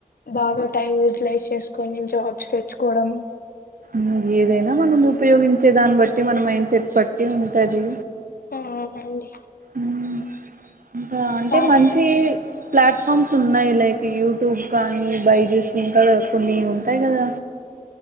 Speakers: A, on the left; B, on the right.
A: బాగా టైం యూటిలైజ్ చేసుకొని జాబ్స్ తెచ్చుకోవడం
B: ఊమ్ ఏదైనా మనం ఉపయోగించే దాన్ని బట్టి మన మైండ్ సెట్ బట్టి ఉంటది
A: ఆ అవునండి
B: ఊమ్ ఇంకా అంటే
A: కానీ
B: మంచి ప్లాట్ఫామ్స్ ఉన్నాయి లైక్ యూట్యూబ్ కానీ బైజెస్ ఇంకా కొన్ని ఉంటాయి కదా